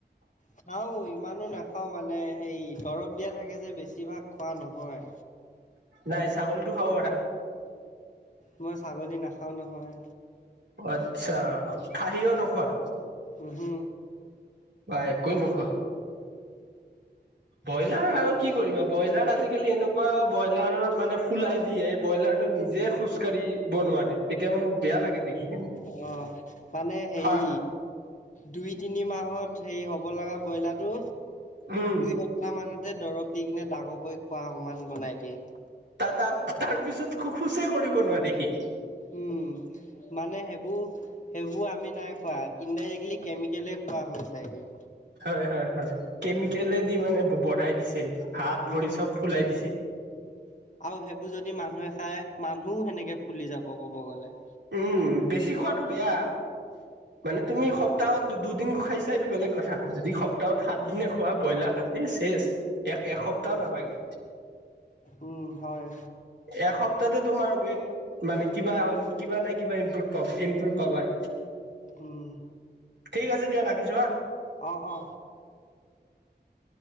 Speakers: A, on the left (about 45°); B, on the right (about 80°).
A: খাও, ইমানো নাখাও মানে সেই দৰৱ দিয়া থাকে যে বেছিভাগ খোৱা নহয়।
B: নাই ছাগলীটো খাব পাৰা?
A: মই ছাগলী নাখাও নহয়।
B: আচ্ছা, খাহিও নোখোৱা?
A: উহু।
B: বাঃ একোৱে নোখোৱা। ব্ৰইলাৰ আৰু কি কৰিবা ব্ৰইলাৰ আজিকালি এনেকুৱা ব্ৰইলাৰৰ মানে ফুলাই দিয়ে, ব্ৰইলাৰটো নি - নিযে খোজ কাঢ়িব নোৱাৰে, কেতিয়াবা মোক বেয়া লাগে দেখি কেনে।
A: অ, মানে হেৰি
B: ফাৰ
A: দুই, তিনি মাহত হেৰি হ'ব লগা ব্ৰইলাৰটো
B: উম
A: দুই সপ্তাহ মানত তাতে দৰব দি কিনে ডাঙৰকৈ খোৱা সমান বনাই দিয়ে।
B: ত তাৰ তাৰ পিছত খোচে কৰিব নোৱাৰে সি।
A: উম, মানে সেইবোৰ সেইবোৰ আমি নাই খোৱা ইনডাইৰেক্টলি কেমিকেলেই খোৱা হৈ যায়গে।
B: হয়-হয়-হয় কেমিকেলেদি মানে বঢ়াই দিছে হাত,
A: উম
B: ভৰি চব ফুলাই দিছে।
A: আৰু সেইবোৰ যদি মানুহে খাই মানুহও সেনেকে ফুলি যাব কব গ'লে।
B: উম বেছি খোৱাটো বেয়া মানে
A: উম
B: তুমি? সপ্তাহত দুদিন খাইছা সেইটো বেলেগ কথা। যদি সপ্তাহত সাত দিনে খোৱা ব্ৰইলাৰ হ শেষ এক এসপ্তাও
A: উম
B: নালাগে।
A: উম হয়।
B: এসপ্তাহতে তোমাৰ ৱেট মানে কিবা হ'ল কিবা নাই কিবা ইনপুট প ইনপুট পাবাই।
A: উম।
B: ঠিক আছে দিয়া ৰাখিছো হা।
A: অ, অ।